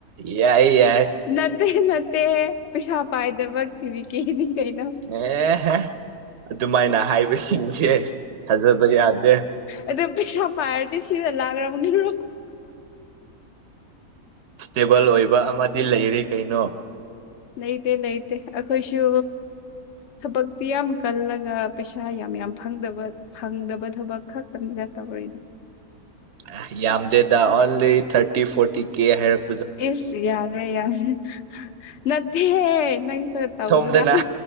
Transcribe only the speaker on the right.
ꯌꯥꯏ ꯌꯥꯏ
ꯑꯦꯍꯦ ꯑꯗꯨꯃꯥꯏꯅ ꯍꯥꯏꯕꯁꯤꯡꯁꯦ ꯊꯥꯖꯕ ꯌꯥꯗꯦ
ꯏꯁ꯭ꯇꯦꯕꯜ ꯑꯣꯏꯕ ꯑꯃꯗꯤ ꯂꯩꯔꯦ ꯀꯩꯅꯣ
ꯑꯥ ꯌꯥꯝꯗꯦꯗ ꯑꯣꯟꯂꯤ ꯊꯔꯇꯤ ꯐꯣꯔꯇꯤ ꯀꯦ ꯍꯥꯏꯔꯛ
ꯁꯣꯝꯗꯅ